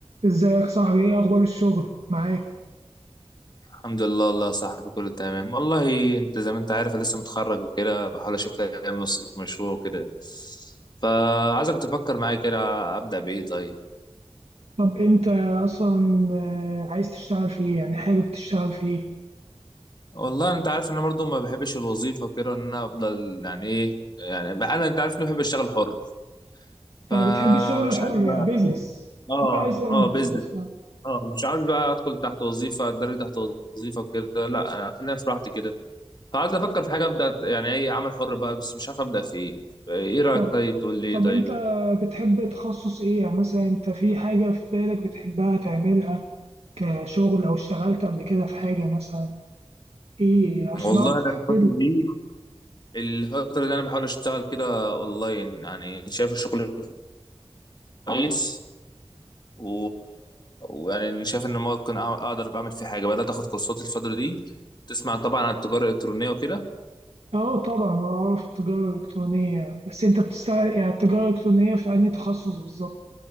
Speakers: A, on the right; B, on the left.
A: ازيك صاحبي ايه اخبار الشغل معاك
B: الحمد لله والله يا صاحبي كله تمام والله انت زي ما انت عارف انا لسه متخرج وكده بحاول اشوف لي مص- مشروع وكده فعايزك تفكر معايا كده ابدا بايه طيب
A: طب انت اصلا آه، عايز تشتغل في ايه يعني حابب تشتغل في ايه
B: والله انت عارف ان انا برضو ما بحبش الوظيفه وكده ان انا افضل يعني ايه يعني بقى انا انت عارف اني بحب اشتغل حر فمش
A: يعني بتحب الشغل الحر
B: عارف بقى
A: يعني بيزنس
B: اه
A: بتحب عايز تعمل
B: اه بزنس
A: بيزنس آه.
B: اه مش عارف بقى ادخل تحت وظيفه اتدرب تحت وظيفه وكده لا انا خلينا في راحتي كده فعايز افكر في حاجه ابدا يعني ايه عمل حر بقى بس مش عارف ابدا في ايه ايه رايك
A: طب
B: طيب تقول لي إيه
A: طب
B: طيب
A: انت بتحب تخصص ايه يعني مثلا انت في حاجة في بالك بتحبها تعملها كشغل او اشتغلت قبل كده في حاجة مثلا ايه عشان
B: والله
A: اعرف
B: انا الفتره
A: احدد
B: دي
A: لك
B: الفتره دي انا بحاول اشتغل كده اونلاين يعني شايف الشغل كويس و... ويعني شايف ان ممكن أع- اقدر اعمل فيه حاجه بدات اخد كورسات الفتره دي تسمع طبعا عن التجاره الالكترونيه وكده
A: اه طبعا اعرف التجارة الالكترونية بس انت بتشتغل يعني التجارة الالكترونية في انهي تخصص بالظبط